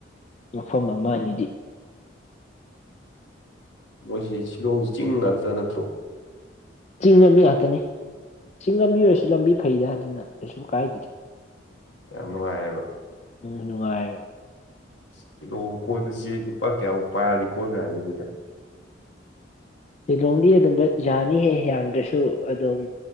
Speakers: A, on the left (about 35°); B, on the left (about 75°).
A: ꯃꯐꯝ ꯑꯃ ꯑꯅꯤꯗꯤ
B: ꯃꯣꯏꯁꯤ ꯁꯤꯂꯣꯡꯁꯤ ꯆꯤꯡ ꯉꯥꯛꯇ ꯅꯠꯇ꯭ꯔꯣ
A: ꯆꯤꯡꯅꯕꯕꯤ ꯉꯥꯛꯇꯅꯤ ꯆꯤꯡ ꯂꯝꯕꯤ ꯑꯣꯏꯔꯁꯨ ꯂꯝꯕꯤ ꯐꯩꯗ ꯑꯗꯨꯅ ꯀꯩꯁꯨ ꯀꯥꯏꯗꯦꯗ
B: ꯌꯥꯝ ꯅꯨꯡꯉꯥꯏꯌꯦꯕ
A: ꯎꯝ ꯅꯨꯡꯉꯥꯏꯌꯞ
B: ꯁꯤꯂꯣ ꯀꯣꯏꯕꯁꯤ ꯅꯨꯄꯥ ꯀꯌꯥꯃꯨꯛ ꯄꯥꯏꯔꯗꯤ ꯀꯣꯏꯕ ꯌꯥꯅꯤ ꯑꯗꯨꯗꯤ
A: ꯁꯤꯂꯣꯡꯗꯤ ꯑꯗꯨꯝꯕꯠ ꯌꯥꯅꯤꯍꯦ ꯌꯥꯝꯗ꯭ꯔꯁꯨ ꯑꯗꯨꯝ